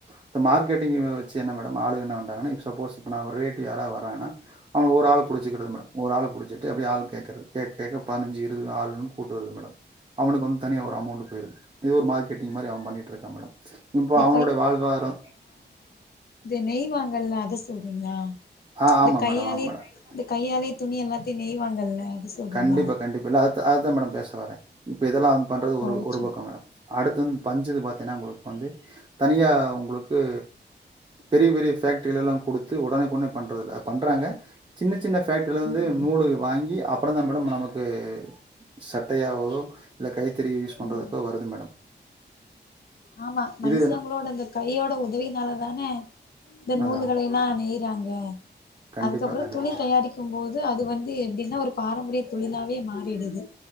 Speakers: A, on the right (about 25°); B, on the left (about 55°).
A: இப்ப மார்க்கெட்டிங் வச்சி என்ன மேடம் ஆளுங்க என்ன பண்றாங்கன்னா சப்போஸ் இப்ப நா ஒரு ரேட் யாரா வராங்கன்னா அனுங்க ஒரு ஆள் புடிச்சிகறது மேடம் ஒரு ஆள புடிச்சிட்டு அப்டியே ஆள் கேக்கறது ஏக் ஏகா பதினஞ்சு இருவது ஆளும் கூட்டு வர்றது மேடம் அவனுக்கு வந்து தனியா ஒரு அமௌன்ட் போய்ருது இது ஒரு மார்க் டிங்க மாரி அவன் பண்ணிட்டு இருக்கான் மேடம் இப்போ
B: இந்த
A: அவனுடைய வாழ்வாரோ
B: இந்த நெய்வாங்கல்ல அத சொல்றீங்களா
A: ஆ
B: இந்த
A: ஆமா
B: கையாலே
A: மேடம் ஆமா மேடம்
B: இந்த கையாலே துணி எல்லாத்தையு நெய்வாங்கல்ல சொல்றீங்களா
A: கண்டிப்பா கண்டிப்பா இல்ல அது அதுதா மேடம் பேச வரே இப்ப இதெல்லா பண்றது
B: ஓ
A: ஒரு
B: சே
A: பக்கம் மேடம் அடுத்து வந்து பஞ்சுனு பாத்தீங்கனா வந்து தனியா வந்து பெரிய பெரிய பேக்ரில எல்லா குடுத்து உடனேக் உடனே பண்றதில்ல பண்றாங்க சின்ன சின்ன பேக்ட்ரிலிருந்து
B: ம்
A: நூலு வாங்கி அப் அப்பற தா மேடம் நமக்கு சட்டையாஒ இல்ல கைத்தறி யூஸ் பண்றதுக்கோ
B: ம்
A: வருது மேடம்
B: ஆமா மனுஷங்களோட
A: இது
B: அந்த கையோட உதவினால தான இந்த
A: அதான்.
B: நூல்களல்லா நெயி றாங்க
A: கண்டிப்பா
B: அதுக்கு அப்றோ
A: கண்டிப்பா
B: துணி தயாரிக்க போது அது வந்து எப்டின்னா ஒரு பாரம்பரிய தொழிலாவே மாறிடுது